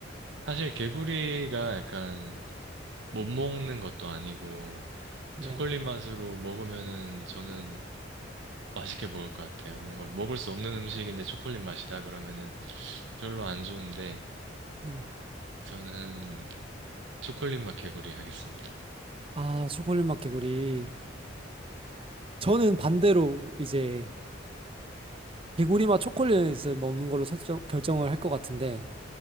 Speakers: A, on the right; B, on the right.
A: 사실 개구리가 약간 못 먹는 것도 아니고
B: 네,
A: 초콜릿 맛으로 먹으면은 저는 맛있게 먹을 것 같아요. 뭔가 먹을 수 없는 음식인데 초콜릿 맛이다 그러면은 별로 안 좋은데
B: 네.
A: 저는 초콜릿 맛 개구리 하겠습니다.
B: 아, 초콜릿 맛 개구리. 저는 반대로 이제 개구리 맛 초콜릿을 먹는 걸로 설정, 결정을 할 것 같은데